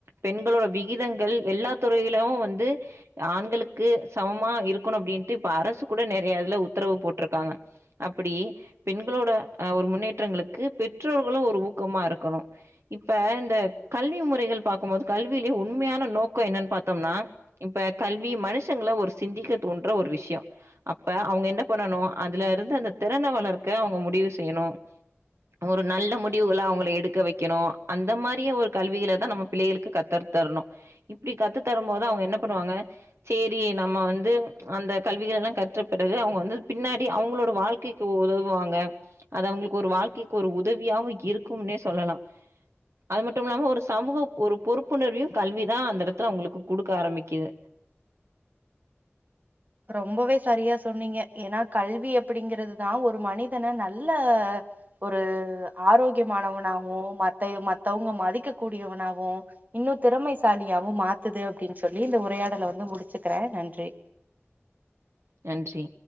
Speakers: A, on the right; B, on the right.
A: பெண்களோட விகிதங்கள் எல்லா துறையிலும் வந்து ஆண்களுக்கு சமமா இருக்கணும் அப்டின்ட்டு இப்ப அரசு கூட நெறைய இதுல உத்தரவு போட்ருக்காங்க அப்பிடி பெண்களோட ஒரு முன்னே ற்றங்களுக்கு பெற்றோர்களும் ஒரு ஊக்கமா இருக்கணும் இப்ப இந்த கல்வி முறைகள் பாக்கும்போது கல்விலயே உண்மையான நோக்கம் என்னன்னு பாத்தோம்னா இப்ப கல்வி மனுஷங்கள ஒரு சிந்திக்க தோன்ற ஒரு விஷ்யோ அப்ப அவுங்க என்ன பண்ணணும் அதுல இருந்து அந்த திறன வளர்க்க அவுங்க முடிவு செய்யணும் ஒரு நல்ல முடிவுகள அவுங்கள எடுக்க வைக்கணும் அந்த மாரியு ஒரு கல்விகளை தான் நம்ம பிள்ளைகளுக்கு கத்த தரணும் இப்டி கத்து தரும் போது அவுங்க என்ன பண்ணுவாங்க சேரி நம்ம வந்து அந்த கல்விகள எல்லாம் கற்றப்பிறகு அவுங்க வந்து பின்னாடி அவுங்களோட வாழ்க்கைக்கு உதவுவாங்க அது அவுங்களுக்கு ஒரு வாழ் க்கைக்கு ஒரு உதவியாவு இருக்கும்னே சொல்லலாம் அது மட்டும் இல்லாம ஒரு சமூக ஒரு பொறுப்புணர்வையும் கல்விதான் அந்த இடத்துல அவுங்களுக்கு குடுக்க ஆரம்பிக்குது
B: ரொம்பவே சரியா சொன்னீங்க ஏன்னா கல்வி அப்டிங்கிறதுதான் ஒரு மனிதன நல்ல ஒரு ஆரோக்கியமானவனாவும் மத்த மத்தவுங்க மதிக்க கூடியவனாவும் இன்னும் திறமைசாலியாவும் மாத்துது அப்டின்னு சொல்லி இந்த உரையாடல வந்து முடிச்சுக்கிறேன் நன்றி.
A: நன்றி.